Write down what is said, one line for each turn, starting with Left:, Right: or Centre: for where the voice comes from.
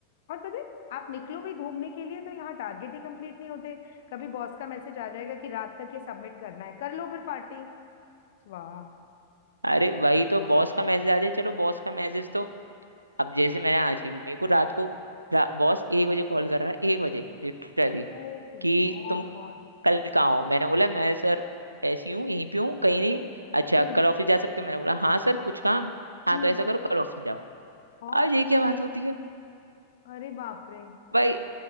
Left: और पता है आप निकलो भी घूमने के लिए तो यहाँ टारगेट ही कंप्लीट नहीं होते कभी बॉस का मैसेज आ जाएगा कि रात तक ये सबमिट करना है कर लो फिर पार्टी वाह
Right: अरे वही तो बॉस का मैसेज आ जाए चलो बॉस का मैसेज तो अब जैसे मैंने आज की मेरे को रात को रा, बॉस एक बजे कॉल कर रहा है एक बजे लिटरली
Left: ओ गॉड
Right: कि तुम कल कहाँ हो मैंने बोला मैं सर ऐसी हूँ यहीं पे हूँ कहीं नहीं अच्छा
Left: हम्म
Right: कल ऑफिस जा सकते हो मैंने बोला हाँ सर कुछ काम हाँ
Left: हम्म
Right: तो ऐसा करो कल ऑफिस जाओ
Left: और
Right: अब ये क्या बात होती है
Left: अरे बाप रे
Right: भाई